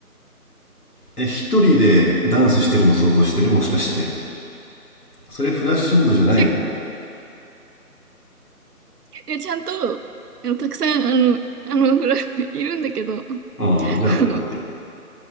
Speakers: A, on the left; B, on the right.
A: え、一人でダンスしてるの想像してるもしかして。それフラッシュモブじゃないよ。
B: ち、いや、ちゃんと、あの、たくさん、あの、あの、フラ、いるんだけど、あ
A: うん、じゃあ合ってる合ってる。
B: の、